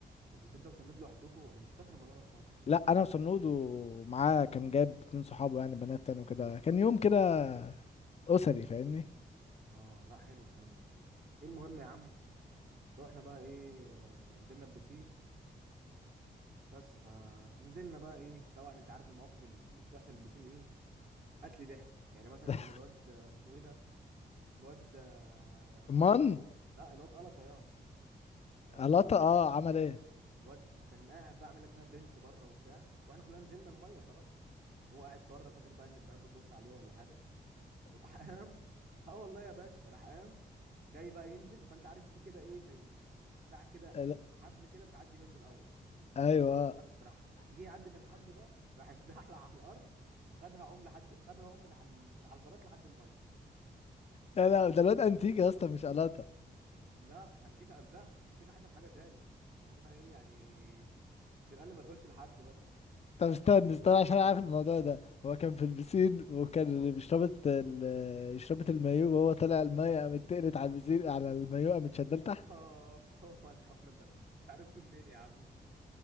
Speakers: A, on the right; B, on the left.
A: ده كنت انت وسند لوحدكوا انا مش فاكر الموضوع ده خالص
B: لا انا وصنود ومعاه كان جايب اتنين صحابه يعني بنات تاني وكده كان يوم كده اسري فاهمني
A: اه لا حلو الكلام ده ايه المهم يا عم رحنا بقى ايه آه، نزلنا البسين بس فنزلنا بقى ايه طبعا انت عارف المواقف اللي بتحصل في البسين ايه قتل ضحك يعني مثلا
B: <laughs>
A: كان الواد آه، اسمه ايه ده الواد آه،
B: من
A: قلط لا الواد قلط يا آه،
B: قلاطة اه عمل ايه
A: الواد كان قاعد بقى عامل لك فيها برنس بره وبتاع واحنا كلنا نزلنا الميه خلاص هو قاعد بره فاكر بقى ان البنات بتبص عليه ولا حاجه وراح قام اه والله يا باشا راح قام جاي بقى ينزل فانت عارف في كده ايه زي بتاع كده
B: <laughs> لا،
A: حبل كده بتعدي منه الاول
B: ايوه
A: بس فراح جه يعدي من الحبل ده راح اتزحلق على الارض خدها عم لحد خدها عم من على ال- من على البلاط لحد الميه
B: لا لا ده الواد انتيك يا اسطى مش قلاطة
A: لا انتيكا قبلها انتيكا حصل حاجه تاني بس انا ايه يعني عشان قال لي ما تقولش لحد بس
B: طب استنى استنى عشان أنا عارف الموضوع ده هو كان في البسين وكان اللي بيشربت ال- شربت المايو وهو طالع المايه قامت تقلت على البسين على المايو قامت شدال
A: <laughs>
B: تحت
A: بالظبط هو الحوار ده عرفته منين يا عم